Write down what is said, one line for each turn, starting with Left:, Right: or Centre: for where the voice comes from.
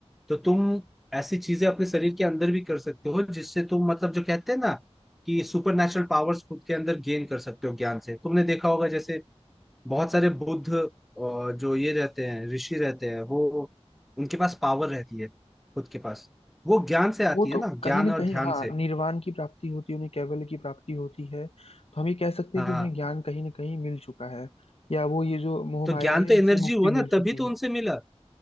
Centre: तो तुम ऐसी चीजें अपने शरीर के अंदर भी कर सकते हो जिससे तुम मतलब जो कहते हैं ना कि सुपर नेचुरल पावर्स खुद के अंदर गेन कर सकते हो ज्ञान से तुमने देखा होगा जैसे बहुत सारे बुद्ध अ, जो ये रहते हैं ऋषि रहते हैं वो उनके पास पावर रहती है खुद के पास वो ज्ञान से आती
Left: वो
Centre: है
Left: तो
Centre: ना
Left: कहीं
Centre: ज्ञान
Left: ना
Centre: और
Left: कहीं
Centre: ध्यान
Left: हाँ
Centre: से
Left: निर्वाण की प्राप्ति होती है उन्हें कैवल्य की प्राप्ति होती है तो हम ये कह सकते
Centre: हाँ
Left: हैं कि उन्हें ज्ञान कहीं ना कहीं मिल चुका है या वो ये जो मोह
Centre: तो
Left: माया
Centre: ज्ञान
Left: है
Centre: तो
Left: इनसे
Centre: एनर्जी
Left: मुक्ति
Centre: हुआ ना
Left: मिल
Centre: तभी
Left: चुकी
Centre: तो उनसे
Left: है
Centre: मिला